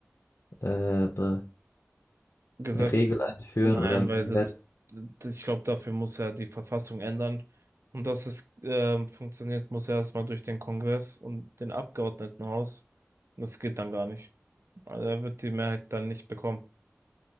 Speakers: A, on the left; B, on the right.
A: ähm, eine
B: Gesetz.
A: Regel einführen
B: Nein,
A: oder ein
B: weil
A: Gesetz.
B: das, ich glaube, dafür muss er die Verfassung ändern. Und dass es ähm, funktioniert, muss erstmal durch den Kongress und den Abgeordnetenhaus. Und Das geht dann gar nicht. Also er wird die Mehrheit dann nicht bekommen.